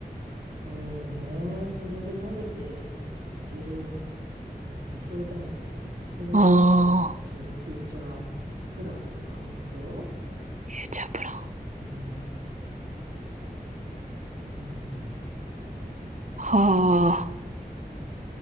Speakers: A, on the right (about 80°); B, on the right (about 50°).
A: そうね。それで食べていけるのは理想だよね。それが
B: ああ
A: 私のフューチャープランというか目標。
B: ー。えー、チャプラ。
A: うん。うんうん。
B: はあ。